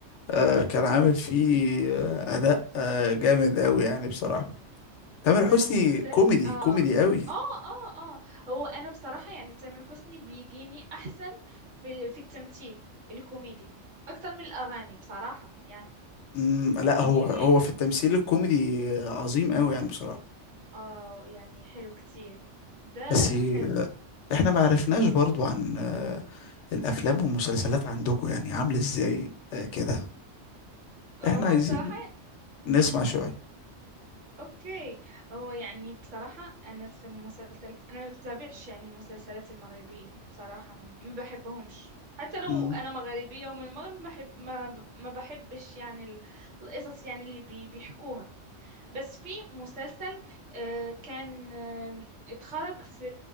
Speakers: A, on the left; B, on the right.
A: آه كان عامل فيه آه اداء آه جامد قوي يعني بصراحه تامر
B: ده
A: حسني
B: مسلسل
A: كوميدي
B: اه
A: كوميدي قوي
B: اه اه اه هو انا بصراحة يعني تامر حسني بيجيني احسن في ال- في التمثيل الكوميدي اكتر من الاغاني بصراحة يعني
A: مم لا
B: بيجيني
A: هو هو في التمثيل الكوميدي آه، عظيم قوي يعني بصراحه
B: اه يعني حلو كتير ده
A: بس آه،
B: حلو
A: احنا ما عرفناش برضو عن آه، الافلام والمسلسلات عندكم يعني عامله ازاي آه كده
B: هو
A: احنا عايزين
B: بصراحة
A: نسمع شويه
B: اوكي هو يعني بصراحة انا في المسلسلات انا ما بتابعش يعني المسلسلات المغربية بصراحة م- ما بحبهمش حتى لو
A: مم.
B: انا مغربية ومن المغرب ما بحب ما, ب- ما بحبش يعني ال- القصص يعني اللي بي بيحكوها بس في مسلسل آه، كان آه، اتخرج في